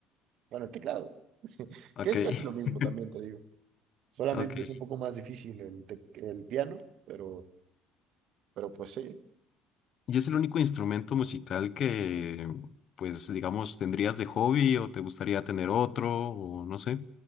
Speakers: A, on the right; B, on the left.
A: bueno, el teclado, <laughs>
B: Ok,
A: que es
B: <laughs>
A: casi lo mismo también, te digo. Solamente
B: ok.
A: es un poco más difícil el, tec- el piano, pero, pero pues sí.
B: ¿Y es el único instrumento musical que, pues, digamos, tendrías de hobby o te gustaría tener otro o no sé?